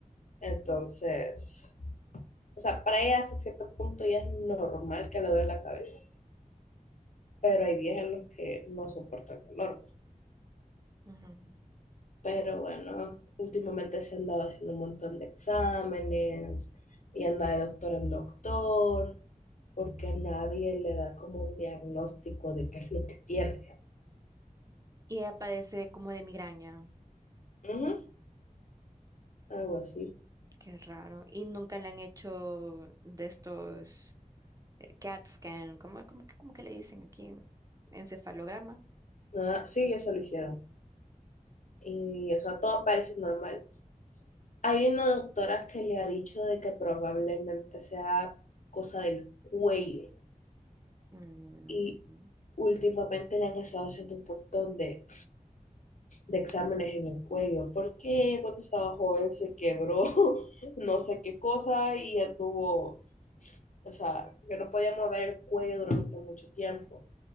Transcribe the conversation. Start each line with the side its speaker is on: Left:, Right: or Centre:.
Left: Entonces, o sea, para ella hasta cierto punto ya es normal que le duele la cabeza. pero hay días en los que no soporto el calor.
Right: Ujú.
Left: Pero bueno, últimamente se han dado haciendo un montón de exámenes y anda de doctor en doctor, porque a nadie le da como un diagnóstico de qué es lo que tiene.
Right: Y ella padece como de migraña.
Left: Ujú, algo así.
Right: Qué raro. Y nunca le han hecho de estos eh, CAT scan, ¿cómo, cómo que cómo que le dicen aquí? Encefalograma.
Left: Ah, sí, ya se lo hicieron. Y, o sea, todo parece normal. Hay una doctora que le ha dicho de que probablemente sea cosa del cuello.
Right: Mm,
Left: Y últimamente le han estado haciendo un montón de de exámenes en el cuello, porque ella cuando estaba joven se quebró <laughs> no sé qué cosa y ya tuvo, o sea, que no podía mover el cuello durante mucho tiempo.